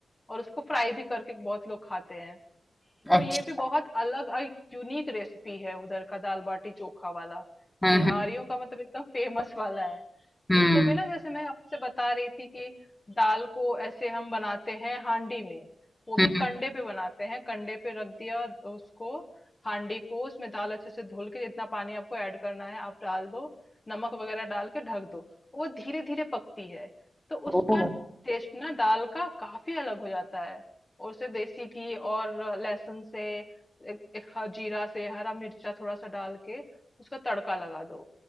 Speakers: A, on the left (about 25°); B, in the centre.
A: और उसको फ्राई भी करके बहुत लोग खाते हैं तो
B: अच्छा
A: ये भी बहुत अलग और यूनिक रेसिपी है उधर का दाल बाटी चोखा वाला
B: हम्म
A: बिहारियों का मतलब एकदम फेमस वाला है
B: हम्म
A: इसको भी ना जैसे मैं आपसे बता रही थी कि दाल को ऐसे हम बनाते हैं हांडी में वो
B: हम्म
A: भी कंडे पे बनाते हैं कंडे पे रख दिया उसको हांडी को उसमें दाल अच्छे से धुल के जितना पानी आपको ऐड करना है आप डाल दो नमक वगैरह डाल के ढक दो वो धीरे धीरे पकती है तो उसका
B: ओ
A: टेस्ट ना दाल का काफी अलग हो जाता है और उसे देसी घी और लहसुन से एक, एक ह- जीरा से हरा मिर्चा थोड़ा सा डाल के उसका तड़का लगा दो